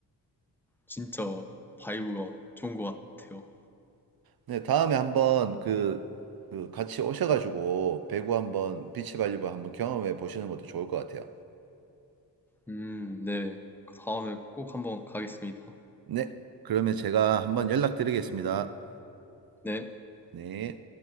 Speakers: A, in the centre; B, on the right (about 60°).
A: 진짜 바이브가 좋은 것 같아요.
B: 네, 다음에 한번 그, 그 같이 오셔가지고 배구 한번 비치 발리볼 한번 경험해 보시는 것도 좋을 것 같아요.
A: 음, 네. 다음에 꼭 한번 가겠습니다.
B: 네, 그러면 제가 한번 연락드리겠습니다.
A: 네.
B: 네.